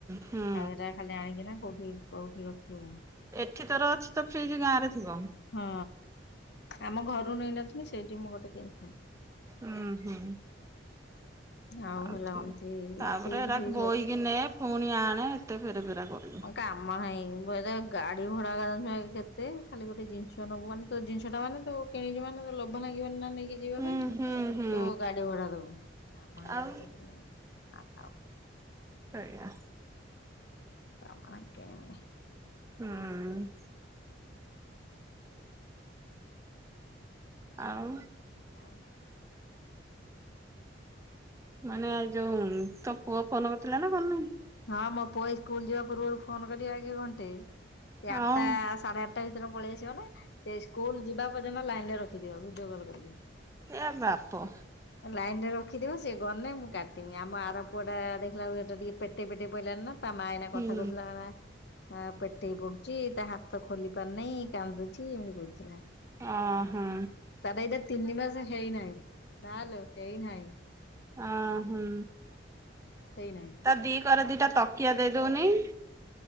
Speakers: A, on the right; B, on the left.
A: ହୁଁ
B: ଆଉ ଏଟା ଖାଲି ଆଣିକିନା କୋଉଠି କୋଉଠି ରଖିବୁ।
A: ଏଠି ତୋର ଅଛି ତ ଫ୍ରିଜ ଗାଁ ରେ ଥିବ।
B: ହଁ ଆମ ଘରୁ ନେଇନଥିଲି ସେଇଠି ମୁଁ ଗୋଟେ କିନିଥିଲି।
A: ଉଁ ହୁଁ।
B: ଆଉ
A: ଆ
B: ହେଲା କଣତି
A: ତାପରେ
B: ଫ୍ରିଜ
A: ଏତା
B: ଫ୍ରିଜ
A: ବୋଇକି
B: ଅଛି।
A: ନେ ପୁଣି ଆଣେ ଏତେ ପେରେ ପେରା କରି
B: କାମ ନାହିଁ ବୋଧେ ଗାଡି ଭଡ଼ା ଜାନ୍ ଚୁନା କେତେ ଖାଲି ଗୋଟେ ଜିନିଷ ନେବୁ ମାନେ ତୋ ଜିନିଷ ଟା ମାନେ ତୁ। କିଣିଚୁ ମାନେ ଲୋଭ ଲାଗିବି ନା ନେଇଁ କି ଯିବା
A: ହୁଁ
B: ପାଇଁ
A: ହୁଁ ହୁଁ
B: ତୋ ଗାଡି ଭଡା ଦବୁ କାମ ନାହିଁ
A: ଆଉ
B: ମୁଁ ସେଥିପାଇଁ ଥାଉ ଥାଉ।
A: ସେୟା।
B: କାମ ନାହିଁ <unintelligible>
A: ହୁଁ ଉଁ। ଆଉ।
B: ଆଉ।
A: ମାନେ ଯୋଉ ତୋ ପୁଅ ଫୋନ କରିଥିଲା ନା କରିନି?
B: ହଁ ମୋ ପୁଅ ଏଇ ସ୍କୁଲ ଯିବା ପୂର୍ବରୁ ଫୋନ କରିବ ଆଗ ଘଣ୍ଟେ ସେ
A: ହଁ
B: ଆଠଟା ସାଢେ ଆଠଟା ଭିତରେ ପଳେଇ ଆସିବ ନା ସେ ସ୍କୁଲ ଯିବା ପର୍ଯ୍ୟନ୍ତ ଲାଇନ ରେ ରଖିଥିବ ଭିଡିଓ କଲ୍ କରିକି।
A: ଏ ୟା ବାପୋ।
B: ଲାଇନ ରେ ରଖିଥିବ ସେ ଗନେ ମୁଁ କାଟିମି ଆମ ଆର ପୁଅ ଟା ଦେଖିଲା ବେଳକୁ ହେଟା ଟିକେ ପେ ପେଟେଇ ପେଟେଇ ପଇଲାଣି ନା ତା ମା ୟନା
A: ହୁଁ
B: କଥା କହୁଥିଲା ବା। ହା ପେଟେଇ ପଡୁଛି ତା ହାତ ଖୋଲି ପାରୁନାହିଁ କାନ୍ଦୁଛି ଏମିତି କରୁଥିଲା।
A: ଅ ହଁ।
B: ତାର ଏଟା ତିନି ମାସ ହେଇ ନାହିଁ ନା ଲୋ ହେଇ ନାହିଁ।
A: ଅ ହୁଁ
B: ହେଇନାହିଁ।
A: ତା ଦିକରେ ଦିଟା ତକିଆ ଦେଇ ଦଉନି।